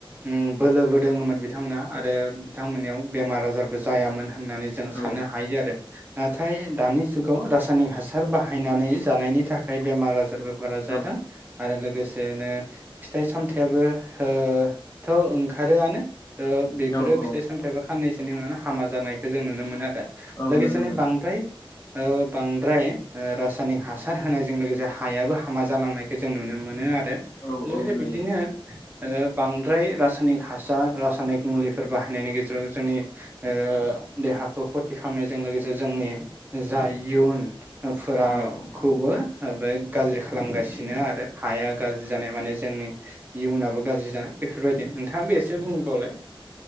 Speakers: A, on the right (about 20°); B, on the left (about 35°).
A: उम बोलोबो दोंङोमोन बिथांमोनहा आरो बिथांमोननियाव बेमार आजारबो जायामोन होननानै जों
B: औ
A: साननो हायो आरो। नाथाय दानि जुगाव रासायनिक हासार बाहायनानै जानायनि थाखाय बेमार आजारबो बार जादों
B: औ
A: आरो लो गोसेनो फिथाइ सामथायाबो ओह थ ओंखारोआनो ओ बेफोरो
B: औ औ
A: फिथाइ सामथाइ बा साननैसोनि उनावनो हामा जानायखौ जों नुनो मोनो आ रो
B: औ
A: लोगोसेनो
B: नुनो मोनो
A: बांद्राय ओ बांद्राय रासायनिक हासार होनायजों लोगोसे हायाबो हामा जालांनायखौ जों नुनो मोनो आरो दो
B: औ
A: लोगोसे
B: औ नुयो
A: बिब्दिनो ओ बांद्राय रासायनिक हासार रासायनिक मुलिफोर बाहायनायनि गेजेराव जोंनि ओ देहाखौ खथि खामनायजों लोगोसे जोंनि जा इयुन फोराखौबो
B: औ
A: ओमफ्राय गाज्रि खालामगासिनो आरो हाया गाज्रि जानाय माने जोंनि इयुनाबो गाज्रि जानाय बेफोरबायदि नोंथाङा बे एसे बुंबावलाय।